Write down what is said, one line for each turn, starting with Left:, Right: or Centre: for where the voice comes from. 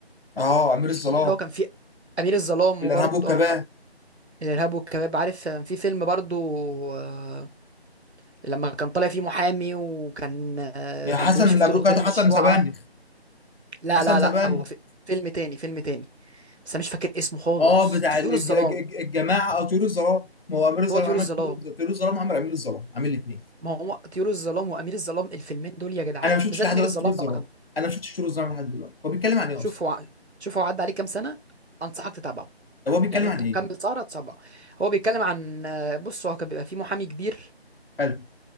Left: اه امير الظلام
Right: الفيلم اللي هو كان فيه امير الظلام
Left: الارهاب
Right: وبرضه
Left: والكباب
Right: الارهاب والكباب عارف كان في فيلم برضه آه لما كان طالع فيه محامي وكان آه
Left: آه،
Right: كان
Left: حسن
Right: بيمشي
Left: الافوكاتو
Right: في طرق غير مشروعه
Left: حسن سبانخ
Right: لا
Left: حسن
Right: لا
Left: سبانخ
Right: لا هو في فيلم تاني فيلم تاني بس انا مش فاكر اسمه خالص
Left: اه بتاع الج...
Right: طيور الظلام
Left: الج... الجماعه اه طيور الظلام ما هو امير الظلام
Right: هو طيور
Left: عمل
Right: الظلام
Left: طيور طيور الظلام عمل امير الظلام عامل الاثنين
Right: ما هو طيور الظلام وامير الظلام الفيلمين دول يا جدعان
Left: انا ما
Right: بالذات
Left: شفتش لحد
Right: امير
Left: دلوقتي
Right: الظلام
Left: طول الظلام
Right: لما كان
Left: انا ما شفتش طول الظلام لحد دلوقتي هو بيتكلم عن ايه
Right: شوف
Left: اصلا
Right: هو شوف هو عدى عليه كام سنه انصحك تتابعه
Left: طب هو بيتكلم
Right: يعني انت
Left: عن
Right: مكمل
Left: ايه
Right: سهره تتابعه هو بيتكلم عن بص هو كان بيبقى فيه محامي كبير
Left: حلو